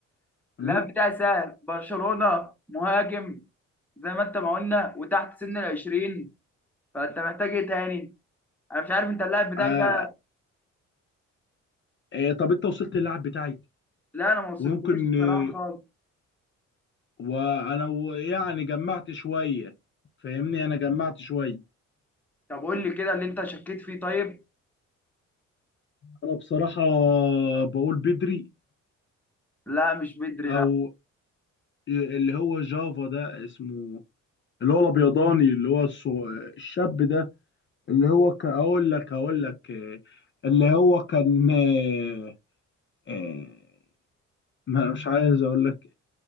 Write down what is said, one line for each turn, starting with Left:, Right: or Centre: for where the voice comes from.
Left: م?
Centre: اللاعب بتاعي سهل برشلونة مهاجم زي ما انت ما قلنا وتحت سن العشرين فانت محتاج ايه تاني انا مش عارف انت اللاعب بتاعك
Left: آه،
Centre: ده
Left: آه، طب انت وصلت للاعب بتاعي
Centre: لا انا ما وصلتلوش
Left: ويمكن
Centre: الصراحة
Left: آه،
Centre: خالص
Left: وانا و- يعني جمعت شوية فاهمني انا جمعت شوية
Centre: طب قول لي كده اللي انت شكيت فيه طيب
Left: انا بصراحة بقول بدري
Centre: لا مش بدري
Left: او
Centre: لا
Left: اللي هو جافا ده اسمه اللي هو الابيضاني اللي هو الصو... الشاب ده اللي هو ك... اقول لك اقول لك آه، اللي هو كان آه، آه، ما مش عايز اقول لك